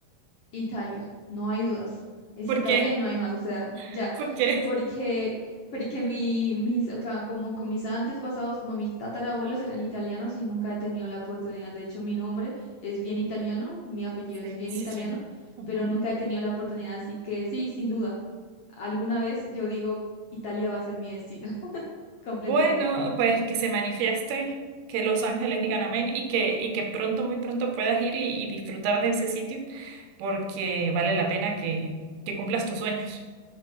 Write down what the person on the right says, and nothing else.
¿Por
qué?
<laughs>
¿Por qué?
Sí,
sí,
sí. Ujú.
Bueno, pues que se manifieste, que los ángeles digan amén y que, y que pronto, muy pronto puedas ir y, y disfrutar de ese sitio, porque vale la pena que, que cumplas tus sueños.